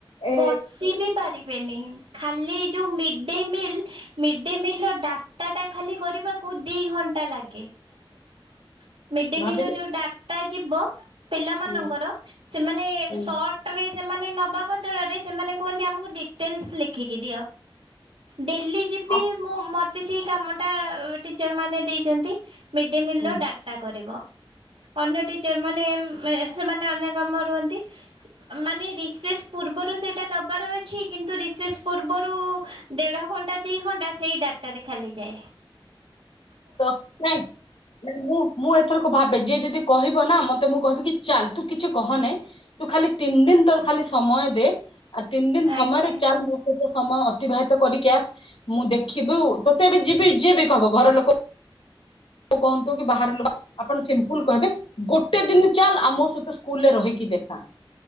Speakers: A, on the left; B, on the right.
A: ଏ
B: ବସି ବି ପାରିବେନି ଖାଲି ଯୋଉ mid day meal mid day meal ର ଡାଟାଟା ଖାଲି କରିବାକୁ ଦି ଘଣ୍ଟା ଲାଗେ। <inaudible> ମିଡ ଡେ
A: ଭାବିଲି
B: ମିଲ ର ଯୋଉ ଡାଟା ଯିବ ପିଲାମାନଙ୍କର
A: ହୁଁ
B: ସେମାନେ
A: ହୁଁ।
B: ସଟ ରେ ସେମାନେ ନବା ବଦଳରେ ସେମାନେ କୁହନ୍ତି ଆମକୁ ଡିଟେଲସ ଲେଖିକି ଦିଅ। ଡେଲି ଯିବି
A: ଅ
B: ମୁ ମତେ ସେଇ କାମ ଟା ଟିଚର ମାନ ଦେଇଚନ୍ତି। ମିଡ଼୍ ଡେ ମିଲ୍
A: ହୁଁ
B: ର ଡାଟା କରିବ। ଅନ୍ୟ ଟିଚର ମାନେ ଏ ଉ ସେମାନେ ଅନ୍ୟ କାମରେ ରୁହନ୍ତି ମାନେ ଏ ରିସେସ ପୂର୍ବରୁ ସେଟା ଦବାର ଅଛି କିନ୍ତୁ ରିସେଶ୍ ପୂର୍ବରୁ ଦେଢ ଘଣ୍ଟା ଦି ଘଣ୍ଟା ସେଇ ଡାଟାରେ ଖାଲିଯାଏ।
A: ତତ୍ କାଳ ନା ମୁଁ ମୁଁ ଏଥରକ ଭାବେ ଯିଏ ଯଦି କହିବ ନା ମତେ ମୁଁ କହିବି କି ଚାଲ ତୁ କିଛି କହନାଇଁ। ତୁ ଖାଲି ତିନି ଦିନ ତୋର ଖାଲି ସମୟ ଦେ। ଆଉ ତିନି ଦିନ
B: ଆଜ୍ଞା
A: ସମୟରେ ଚାଲ ତ ସମୟ ଅତିବାହିତ କରିକି ଆ ମୁଁ ଦେଖିବୁ ତତେ ଏବେ ଯିବି ଯିଏ ବି କହିବ ଘର ଲୋକ କ କହନ୍ତୁ କି ବାହାର ଲୋ ଆପଣ ସିମ୍ପଲ କହିବେ ଗୋଟେ ଦିନ ଚାଲ ଆମ ସହିତ ସ୍କୁଲରେ ରହିକି ଦେଖା।